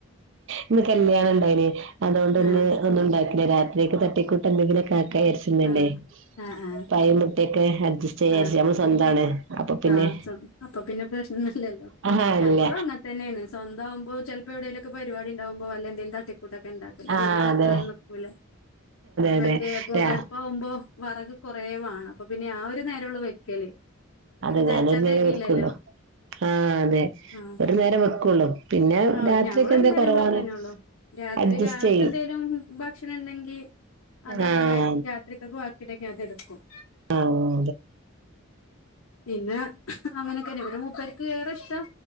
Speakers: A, on the right; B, on the left.
A: ഇന്ന് കല്യാണം ഇണ്ടായിന് അതുകൊണ്ട് ഇന്ന്
B: ആഹ്
A: ഒന്നും ഉണ്ടാക്കില്ല രാത്രിക്ക് തട്ടി കുട്ടി എന്തെങ്കിലൊെക്കആക്കാ വിചാരിക്കുന്നുണ്ട്
B: ആഹ് ആഹ് ആഹ്
A: പഴംമുട്ടയൊക്കെ ഇഷ്ട വിചാരിച്ച
B: ആഹ്
A: നമ്മള് സ്വന്താണ് അപ്പൊ പിന്നെ
B: ആഹ് സം അപ്പൊ പിന്നെ പ്രശ്നല്ലല്ലോ
A: ആഹ്
B: ഞങ്ങളും
A: ഇല്ല
B: അങ്ങനെ സ്വന്തക്കു മാകുമ്പോ ചിലപ്പോ എവിടേലൊക്കെ പരിപാടിണ്ടാമ്പോ അല്ല എന്തെങ്കില തട്ടി കൂട്ട് കൂട്ടൊക്കെ ഇണ്ടാക്കല്
A: ആഹ്
B: പിന്നെ വെക്കാൻ
A: അതെ
B: നിക്കൂല
A: അതെ
B: മറ്റേ
A: അതെ
B: പുകടുപ്പ ആവുമ്പോ വറക് കൊറേ വാണം അപ്പൊ പിന്നെ ആ ഒരു നേരം ഉള്ള വെക്കല്
A: അത
B: അയ്ക്ക്
A: ഞാല
B: തെകച്ചാ
A: മേ
B: തെകീലല്ലോ
A: വെക്കുള്ളു ആഹ അതെ
B: ആഹ്
A: ഒരു നേരം വെക്കുള്ളു പിന്നെ
B: ആഹ്
A: രാത്രിൊക്കെ
B: ഞങ്ങളൊരു
A: എന്താ
B: നേരം
A: കുറവാണ്
B: വെക്കന്നൊള്ളൂ രാത്രി
A: അഡ്ജസ്റ്റ്
B: രാവിലത്തെ
A: ചെയ്യും
B: എന്തേലും ഭക്ഷണം ഉണ്ടെങ്കിൽ അത
A: ആഹ്
B: അങ്ങനെ രാത്ക്കൊക്കെ കിടക്ക അത എടുക്കും
A: ആഹ
B: പിന്നെ അങ്ങനെയൊക്കെ ഇവര മൂപ്പ വേ ഇഷ്ടം